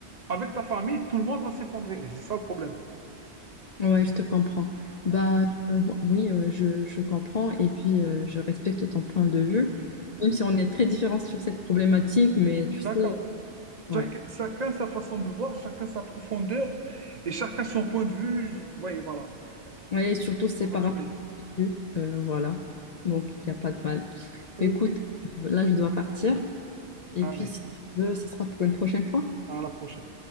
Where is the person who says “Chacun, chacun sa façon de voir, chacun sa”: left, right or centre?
Right